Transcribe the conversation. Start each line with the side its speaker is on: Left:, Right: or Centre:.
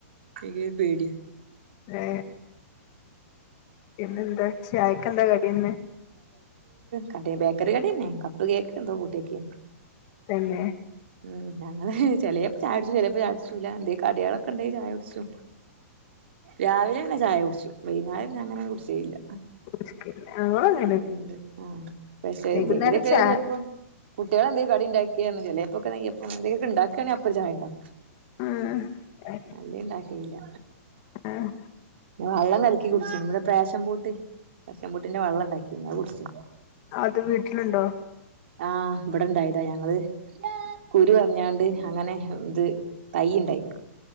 Right: ഇനി പേടി
Left: ഏ പിന്നെന്താ ചായക്കെന്താ കടി ഇന്ന്
Right: കടി ബേക്കറി കടിന്നെ കപ്പ് കേക്കെന്തോ കൂട്ടേക്കെ
Left: തന്നെ
Right: ഉം ഞങ്ങള് ചെലെപ്പ ചായടുച്ചു ചെലപ്പ ചായടിച്ചുല എന്തലു കടിളൊക്കെ ഇണ്ടെകി ചായടിച്ചു രാവിലെ ങ്ങനെ ചായ കുടിച്ചു വൈന്നാരം പിന്നങ്ങനെ കുടിച്ചലില്ല
Left: <unintelligible>
Right: എന്ത് ആ പക്ഷേ
Left: വൈകുന്നേരം
Right: എന്തെങ്കിലും ഒക്കെ
Left: ചാ
Right: ചെലപ്പൊ കുട്ടിള് ന്തെങ്കിലും കടിണ്ടാക്കിറഞ്ഞ ചെലെപ്പോക്കെ നെയ്യപ്പം എന്തൊലൊക്കെ ഇണ്ടാക്കാണങ്കി അപ്പരു ചായ
Left: ആ
Right: അല്ലെ ഇണ്ടാക്കലില്ല
Left: ആഹ്
Right: ഞാ വള്ളം കലക്കി കുടിച്ചി ഇവടെ ഫാഷൻ ഫ്രൂട്ട് ഫാഷൻ ഫ്രൂട്ട്ന്റെ വള്ളം ഇണ്ടാക്കിന്ന് അത് കുടിച്
Left: അത് വീട്ടിലുണ്ടോ
Right: ആഹ് ഇവടെ ഇണ്ടായതാ ഞങ്ങള് കുരു കളഞ്ഞാണ്ട് അങ്ങനെ ഇത് തൈ ഇണ്ടായന്ന്